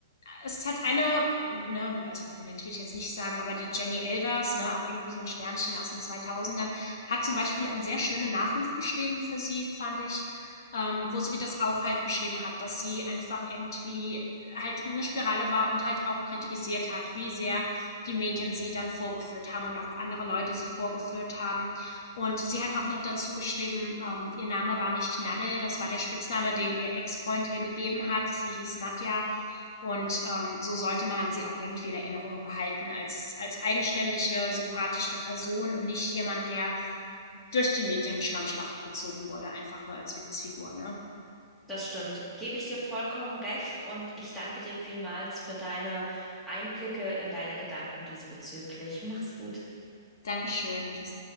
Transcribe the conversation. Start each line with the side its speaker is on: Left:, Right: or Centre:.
Left: es hat eine, ne, also prominent will ich jetzt nicht sagen, aber die Jenny Elvers, ne, auch irgendwie so ein Sternchen aus den zweitausendern, hat zum Beispiel einen sehr schönen Nachruf geschrieben für sie, fand ich, ähm, wo sie das auch halt beschrieben hat, dass sie einfach irgendwie halt in eine Spirale war und halt auch kritisiert hat, wie sehr die Medien sie dann vorgeführt haben und auch andere Leute sie vorgeführt haben. Und sie hat auch noch dazu geschrieben, ähm, ihr Name war nicht Nadel, das war der Spitzname, den ihr Ex-Freund ihr gegeben hat. Sie hieß Nadja und ähm, so sollte man sie auch irgendwie in Erinnerung behalten als, als eigenständige, sympathische Person und nicht jemand, der durch die Medien-Schlammschlacht gezogen wurde, einfach nur als Witzfigur. Ne?
Centre: Das stimmt. Gebe ich dir vollkommen recht und ich danke dir vielmals für deine Einblicke in deine Gedanken diesbezüglich. Mach's gut.
Left: Dankeschön. Tschüss.